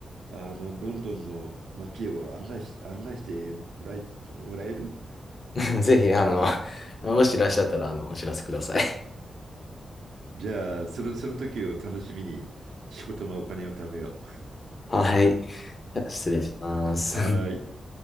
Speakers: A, on the right; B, on the left.
A: あのロンドンの街を案内し、案内してもらい、もらえる
B: <laughs> ぜひ、あの、もしいらっしゃったら、あの、お知らせください。
A: じゃあ、その、その時を楽しみに仕事もお金を貯めよ
B: はい。じゃあ失礼します。
A: う。はーい。